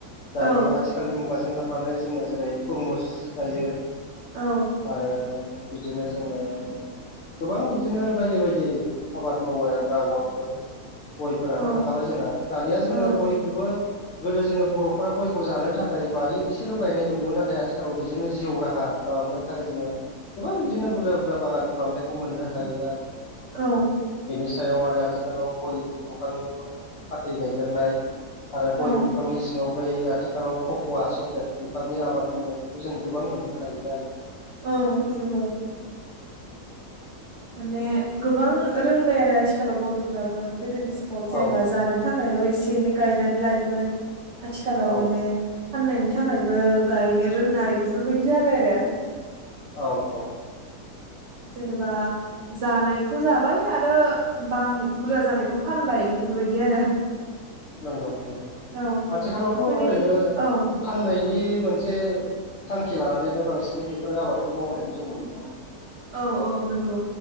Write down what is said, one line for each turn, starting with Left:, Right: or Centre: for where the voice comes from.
Left: दानि
Right: औ
Left: आथिखालनि मुगाजों खारफानानै जोङो जेरै तरमुस गायो।
Right: औ
Left: आरो बिदिनो जोङो गोबां बिदिनो बायदि बायदि आबाद मावो आरो ड्रागनफोर गयफोराथ'
Right: औ
Left: थाखाबाय जोंहा दानिया जोङो
Right: औ
Left: गयखौबो गोदो जोङो बरफ्रा गयखौ जानो थाखाय बारि एसेल' गायनाय नुयोमोन नाथाय आथिखालाव बेजोंनो जिउ राहा खालामनो थाखाय जोङो गोबां बिदिनो बुरजा बुरजा बागान खालामनायखौ मोननो हायो।
Right: औ।
Left: निसायाव आरो आथिखालाव गय दंफां फाथै गायदेरनाय आरो गय
Right: औ
Left: बिफांनि सिङाव बै आथिखालाव ककवा चक्लेट बिफांनि आबाद मावनायखौ जों गोबां मोननो हायो आरो।
Right: औ नंगौ। माने गोबां रोंबाय आरो आथिखालाव बर'फ्राबो गोदोनि समाव जेनेबा
Left: औ
Right: जानो
Left: औ
Right: थाखायल' एसे एनै गायनानै लायोमोन। आथिखालाव
Left: औ
Right: माने फाननायनि थाखायबो गायनो रोंनाय बेफोरबायदि जाबाय आरो।
Left: औ औ।
Right: जेनेबा जानायखौ जाबाय आरो बां बुरजा जानायखौ फानबाय बेफोरबायदि आरो।
Left: नंगौ नंगौ
Right: औ
Left: आथिखालावथ'
Right: बेफोरनि
Left: ओरैनो
Right: औ
Left: फाननायनि मोनसे थांखि लानानैनो बांसिनै बेफोरो आबादखौ मावनायखौ जों मोननो
Right: औ औ नोंगौ।